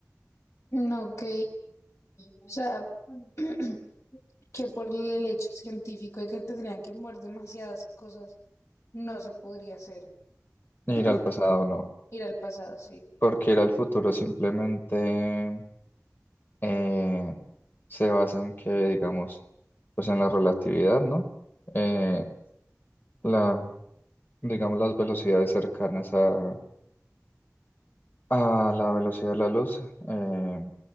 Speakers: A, on the left; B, on the left.
A: no, ok. O sea, <clears throat> que por el hecho científico de que tendrían que mover demasiadas cosas, no se podría hacer. <clears throat>
B: Ir al pasado no,
A: Ir al pasado, sí.
B: porque ir al futuro simplemente eh, se basa en que, digamos, pues en la relatividad, ¿no? Eh, la, digamos, las velocidades cercanas a, a la velocidad de la luz, eh,